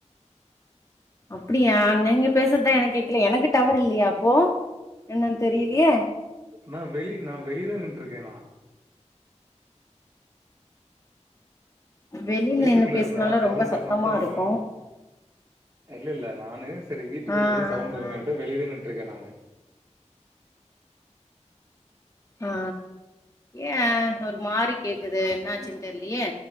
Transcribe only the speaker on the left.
அப்படியா நீங்க பேசுறதுதா எனக் கேக்கல எனக்கு டவர் இல்லையா அப்போ என்னன்னு தெரியலையே
வெளில
நின்னு பேசுனாலு
ரொம்ப சத்தமா
இருக்கு
ஆ
ஆ
ஆ ஏ ஒரு மாறி கேக்குது என்னாச்சுன்னு தெரிலையே